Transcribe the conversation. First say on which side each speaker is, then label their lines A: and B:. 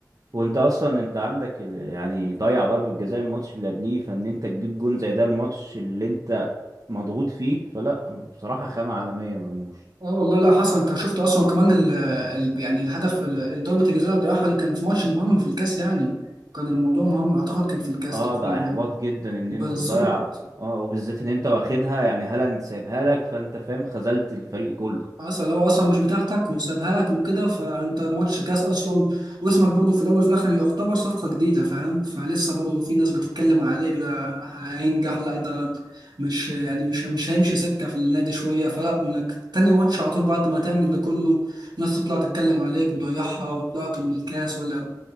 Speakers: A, on the right; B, on the right.
A: وانت اصلا انت عندك ال- يعني ضيع ضربه جزاء الماتش اللي قبليه فان انت تجيب جون زي ده الماتش اللي انت مضغوط فيه فلا بصراحه خامه عالميه مرموش
B: اه والله لا حسن انت شفت اصلا كمان ال ال- يعني الهدف ال- ضربة الجزاء اللي ضيعها اللي كان في ماتش مهم في الكاس يعني كان الموضوع مهم اعتقد كان في الكاس
A: اه
B: تقريبا
A: ده احباط جدا ان
B: بالظبط
A: انت تضيع اه وبالذات ان انت واخدها يعني هالاند سايبها لك فانت فاهم خذلت الفريق كله
B: اصل هو اصلا مش بتاعتك وسابها لك وكده فانت ماتش كاس اصلا واسمك برضه في الاول وفي الاخر يعتبر صفقه جديده فاهم فلسه برضه في ناس بتتكلم عليك ده هينجح لا ده مش يعني مش مش هيمشي سكه في النادي شويه فلا انك تاني ماتش على طول بعد ما تعمل ده كله ناس تطلع تتكلم عليك وضيعها وطلعت من الكاس ولا